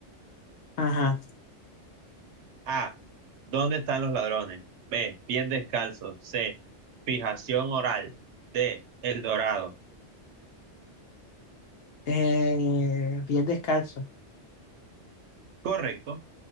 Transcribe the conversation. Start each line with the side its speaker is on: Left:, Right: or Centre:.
Left: ajá.
Right: A. ¿Dónde están los ladrones? B. Pies descalzos. C. Fijación oral. D. El Dorado.
Left: Eh, bien descalzo.
Right: Correcto,